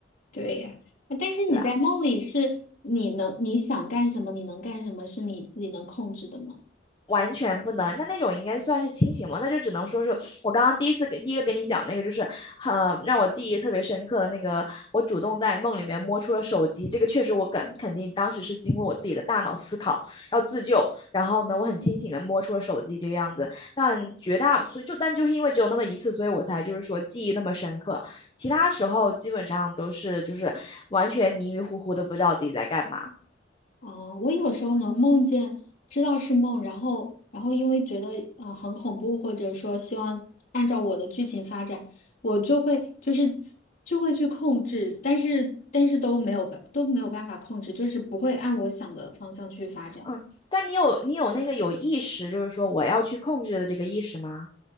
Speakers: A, on the left; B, on the left.
A: 对呀，啊但是你在梦里是你能你想干什么，
B: 对。
A: 你能干什么是你自己能控制的吗？
B: 完全不能，那那种应该算是清醒吗？那就只能说是我刚刚第一次给第一个跟你讲那个，就是呃让我记忆特别深刻的那个，我主动在梦里面摸出了手机，这个确实我肯肯定当时是经过我自己的大脑思考要自救，然后呢我很清醒的摸出了手机这个样子，但绝大所以就但就是因为只有那么一次，所以我才就是说记忆那么深刻，其他时候基本上都是就是完全迷迷糊糊的不知道自己在干嘛。
A: 哦，我有时候能梦见知道是梦，然后然后因为觉得呃很恐怖，或者说希望按照我的剧情发展，我就会就是自就会去控制，但是但是都没有办都没有办法控制，就是不会按我想的方向去发展。
B: 嗯，但你有你有那个有意识，就是说我要去控制的这个意识吗？